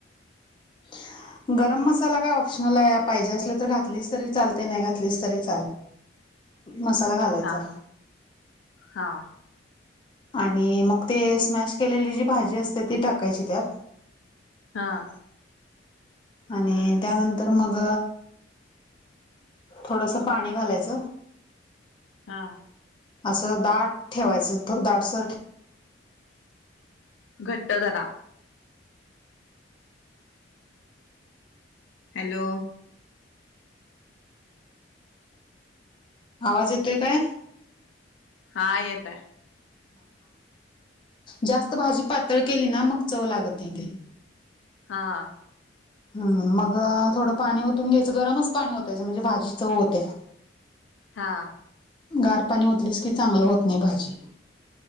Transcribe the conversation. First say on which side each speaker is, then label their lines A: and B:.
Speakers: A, on the left; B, on the left.
A: <inaudible> गरम मसाला काय ऑप्शनल आहे, पाहिजे असल तर घातलीच तरी चालते नाही घातलीच तरी चालते. मसाला घालायचा.
B: हा हा
A: आणि मग ते स्मॅश केलेली जी भाजी असते, ती टाकायची त्यात.
B: हां..
A: आणि त्यानंतर मग. थोडंस पाणी घालायचं.
B: आं...
A: असं दाट ठेवायचं, दाट सर ठे
B: घट्ट धरा. हॅलो,
A: आवाज येतोय काय?
B: हा येत आहे.
A: जास्त भाजी पातळ केली ना, मग चव लागत नाही
B: हम्म
A: ती.
B: हां..
A: हम्म मग थोडं पाणी होतून घ्यायचं गरमच पाणी ओतायचं म्हणजे भाजी चव होत्या. <inaudible>
B: हा.
A: गार पाणी ओतलीस की चांगलं होत नाही भाजी.